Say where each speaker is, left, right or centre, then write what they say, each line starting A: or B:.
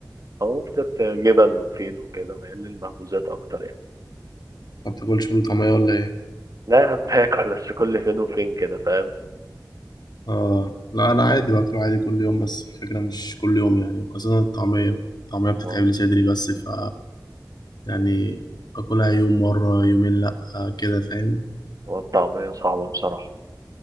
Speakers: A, on the right; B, on the left.
A: اهو فطرت جبن وفين وكده مايل للمخبوزات اكتر يعني
B: ما بتاكلش فول وطعمية ولا ايه
A: لا يا عم باكل بس كل فين وفين كده فاهم؟
B: اه لا انا عادي باكله عادي كل يوم بس الفكرة مش كل يوم يعني خاصة الطعمية الطعمية بتتعب
A: و-
B: لي صدري بس ف يعني باكلها يوم مرة يومين لا آه كده فاهم
A: والطعمية صعبة بصراحة